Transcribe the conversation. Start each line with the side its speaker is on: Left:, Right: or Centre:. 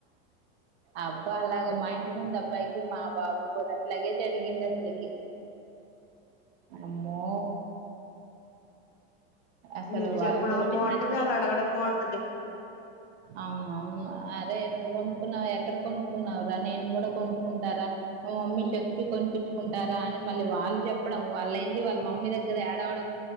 Right: అబ్బా అలాగ మా ఇంటి ముందు అబ్బా బైకులో మా బాబుకి కూడా అట్లాగే జరిగింది అసలుకి అమ్మో అసలు
Left: వీళ్ళు
Right: వాళ్ళతోటి
Left: చెప్పడం బాగుంటది
Right: మరీ
Left: ఆళ్ళు అడగడం బాగుంటది
Right: అవునవును అరే నువ్వు కొనుక్కున్నావు ఎక్కడ కొనుక్కున్నావరా నేను కూడా కొనుక్కుంటారా మా మమ్మీ చెప్పి కొనిపించుకుంటారా అని మళ్ళీ వాళ్ళు చెప్పడం వాళ్ళు వెళ్ళి వాళ్ళ మమ్మీ దగ్గర ఏడవడం